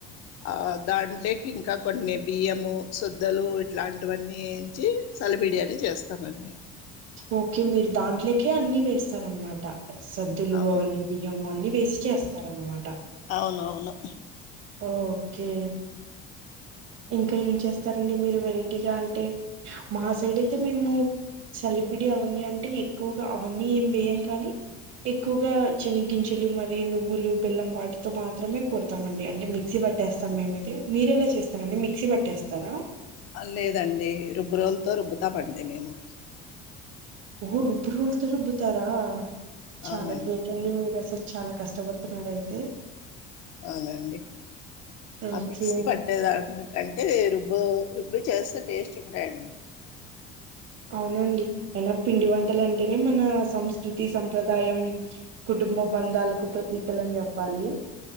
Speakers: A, on the left (about 60°); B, on the right (about 65°).
A: ఆ దాంట్లోకి ఇంకా కొన్ని బియ్యము శుద్దలు ఇట్లాంటివన్నీ వంచి చలబిడియాని చేస్తామండి
B: ఓకే మీరు దాంట్లోకే అన్ని వేస్తార అనమాట సద్దులు
A: అవును
B: అవన్నీ బియ్యము అన్నీ వేసి చేస్తార అనమాట
A: అవును అవును
B: ఓకే ఇంకా ఏం చేస్తారంండి మీరు వెరైటీగా అంటే మా సైడ్ అయితే మేము సెలబ్రిటీ అవన్నీ అంటే ఎక్కువగా ఇంకా ఏం చేస్తారండీ మీరు వెరైటీగా అంటే మా సైడ్ ఐతే మేము చాలాబిడి అవన్నీ ఏం వేయాం కానీ ఎక్కువగా శన గింజలు మరియు నువ్వులు బెల్లం వాటితో మాత్రమే కొడతాం అండి అంటే మిక్సీ పట్టేస్తాం మేమైతే మీరేలా చేస్త సరే అండి మిక్సీ పట్టేస్తారా
A: లేదండి రుబ్బు రోజులతో రుబ్బుతా పండి మేము
B: ఊ రబరు వాళ్ళుతో రూబ్బుతారా చాలా
A: అవునండి
B: గ్రేట్ అడి మీరుసలు చాలా కష్టపడుతున్నారుార అయితే
A: అనండి ఆ
B: ఓకే
A: మిక్సి పట్టేద అంటే రుబ్బు రుబ్బు చేస్తే టేస్ట్ ఉంటాయండి
B: అవునండి అయినా పిండి వంటల అంటేనే మన సంస్కృతి సంప్రదాయం కుటుంబ బంధాలకు ప్రతీకలుని చెప్పాలి